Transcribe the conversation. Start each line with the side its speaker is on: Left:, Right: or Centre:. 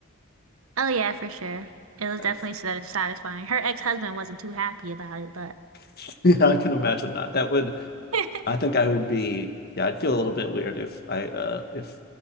Right: Oh, yeah, for sure. It was
Left: Nice.
Right: definitely sat- satisfying. Her ex-husband wasn't too happy about it, but
Left: <laughs> yeah, I can imagine not. That would.
Right: <laughs>
Left: I think I would be. Yeah, I'd feel a little bit weird if I uh if